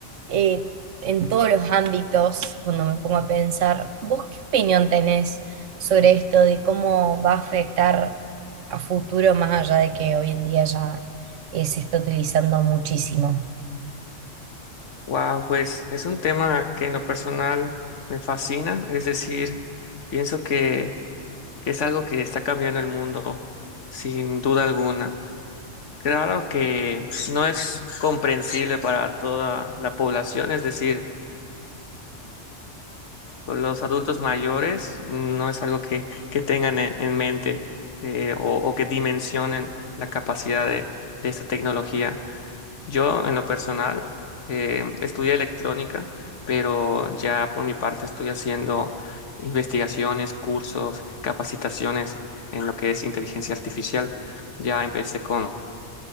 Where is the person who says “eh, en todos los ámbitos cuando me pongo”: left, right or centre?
Right